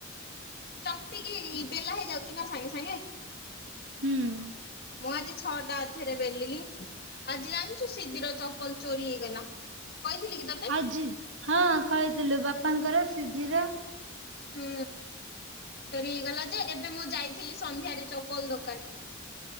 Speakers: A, on the left; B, on the right.
A: ଚକଟିକି ବେଲା ହେଇଯାଉଛି ନା ସାଙ୍ଗେ ସାଙ୍ଗେ।
B: ହୁଁ।
A: ମୁଁ ଆଜି ଛଅଟା ଅଧରେ ବେଲିଲି ଆଜି ଜାଣିଛୁ ସିଧିର ଚପଲ ଚୋରି ହେଇଗଲା। କହିଥିଲି କି ତତେ
B: ଆଜି ହଁ କହିଥିଲୁ ବା। ବାପାଙ୍କର ସିଧିର।
A: ହୁଁ ଚୋରି ହେଇଗଲା ଯେ ଏବେ ମୁଁ ଯାଇଥିଲି ସନ୍ଧ୍ୟାରେ ଚପଲ ଦୋକାନ।